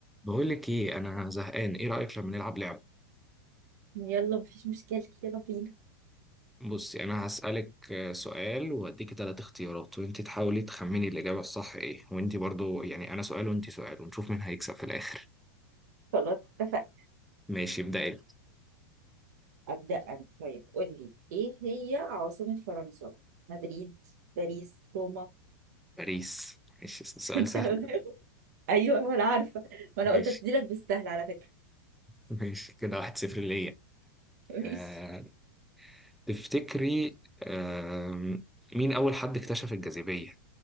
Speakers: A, in the centre; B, on the right (about 60°).
A: بقول لك ايه انا زهقان ايه رايك لما نلعب لعبه
B: يلا مفيش مشكلة يلا بينا
A: بصي انا هسالك آه، سؤال واديك ثلاث اختيارات وانت تحاولي تخمني الاجابه الصح ايه وانت برضو يعني انا سؤال وانت سؤال ونشوف مين هيكسب في الاخر
B: خلاص اتفقنا
A: ماشي ابدأي
B: أبدأ أنا طيب قول لي إيه هي عاصمة فرنسا؟ مدريد باريس روما
A: باريس ماشي سؤال
B: <laughs>
A: سهل
B: تمام
A: ده.
B: أيوه ما أنا عارفة ما أنا
A: ماشي
B: قلت أبتديلك بالسهل على فكرة
A: ماشي كده واحد صفر ليا
B: ماشي
A: آه، تفتكري آه، مين اول حد اكتشف الجاذبيه